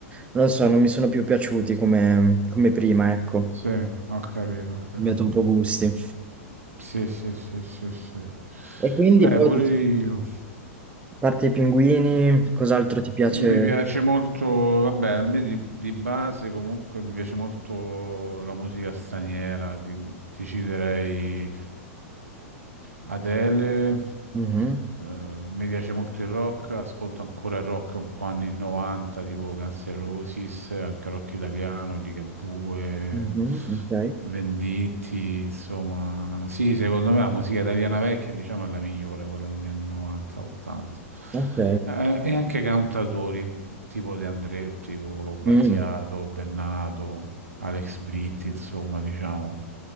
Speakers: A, on the right; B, on the right.
A: lo so, non mi sono più piaciuti come, come prima, ecco, ho
B: sì, ho capito, ho capito.
A: cambiato un po' gusti.
B: Sì, sì, sì, sì, sì.
A: E quindi
B: Beh,
A: poi,
B: pure
A: di-
B: io.
A: a parte i pinguini, cos'altro ti piace?
B: Mi piace molto, vabbè, a me di, di base comunque mi piace molto la musica straniera, ti, ti citerei Adele,
A: Mhm,
B: eh, mi piace molto il rock, ascolto ancora il rock un po' anni 90, tipo Guns N' Roses, anche rock italiano, Ligabue,
A: mhm, ok,
B: Venditti, insomma. Sì, secondo me la musica italiana vecchia, diciamo, è la migliore, quella degli anni 90, 80.
A: ok.
B: Eh, e anche cantautori, tipo De André, tipo Battiato,
A: Mm.
B: Bennato. Alex Britti, insomma, diciamo,